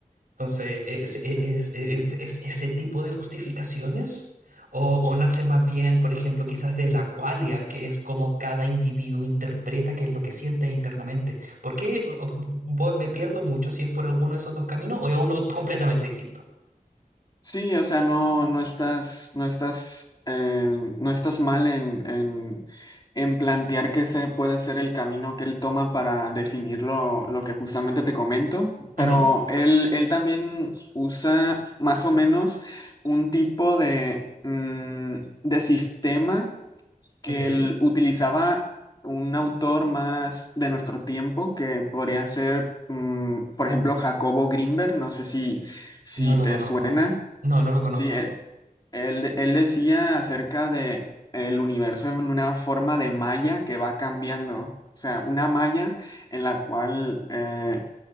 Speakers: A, on the right; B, on the left.
A: Entonces, ¿es, es-
B: Ujú.
A: es- es ese tipo de justificaciones? O, o nace más bien, por ejemplo, quizás de la cualia, que es como cada individuo interpreta qué es lo que siente internamente? ¿Por qué bo- bo- me pierdo mucho si es por alguno de esos dos caminos o es uno completamente distinto?
B: Sí, o sea, no, no estás, no estás, eh, no estás mal en, en, en plantear que ese puede ser el camino que él toma para definir lo, lo que justamente te comento,
A: Ujú.
B: pero él, él también usa más o menos un tipo de, mm, de sistema que
A: Ok,
B: él utilizaba un autor más de nuestro tiempo, que podría ser, mm, por ejemplo, Jacobo Grinberg, no sé si, si
A: no lo
B: te
A: conozco.
B: suena.
A: No, no lo conozco.
B: Sí, él, él, él decía acerca de el universo en una forma de malla que va cambiando. O sea, una malla en la cual eh,